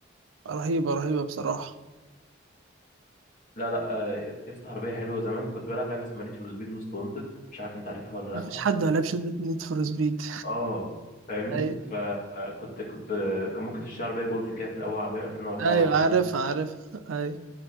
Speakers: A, on the right; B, on the left.
A: رهيبة رهيبة بصراحة
B: لا لا آه، يا اسطى عربيه حلوه زمان كنت بلعب لعبه اسمها نيد فور سبيد موست وانتد مش عارف انت عارفها ولا
A: مفيش
B: لا
A: حد ما لعبش نيد فور سبيد
B: اه فاهمني
A: أيوة
B: فكنت كنت كان ممكن تشتري عربيه جولف كده في الاول عربيه 2004
A: أيوة
B: ولا 2000
A: عارف عارف أيوة